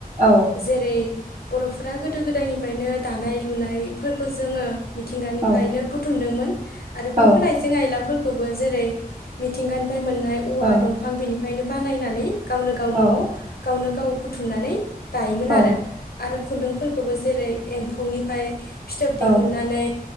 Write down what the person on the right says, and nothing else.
औ
ओं
औ
औ
औ
औ
औ